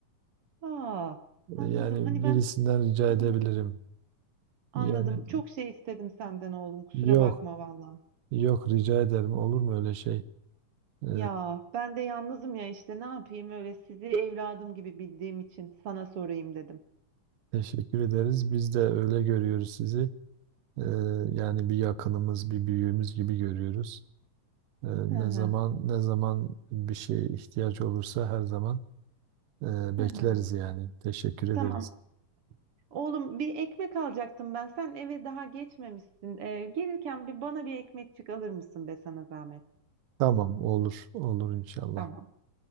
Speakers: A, on the right; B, on the right.
A: Aa, anladım.
B: Yani
A: Hani
B: birisinden
A: ben
B: rica
A: anladım.
B: edebilirim.
A: Anladım.
B: Yani
A: Çok şey istedim senden oğlum. Kusura
B: Yok
A: bakma valla.
B: Yok rica ederim. Olur mu öyle şey? Ee,
A: Ya ben de yalnızım ya işte ne yapayım öyle sizi evladım gibi bildiğim için sana sorayım dedim.
B: teşekkür ederiz. Biz de öyle görüyoruz sizi. Ee, yani bir yakınımız, bir büyüğümüz gibi görüyoruz. Ee, ne
A: Hı hı,
B: zaman ne zaman bir şeye ihtiyaç olursa her zaman e,
A: hı
B: bekleriz
A: hı.
B: yani. Teşekkür ederiz.
A: Tamam. Oğlum bir ekmek alacaktım ben. Sen eve daha geçmemişsin. Ee, gelirken bir bana bir ekmekçik alır mısın be sana zahmet?
B: Tamam, olur, olur inşallah.
A: Tamam.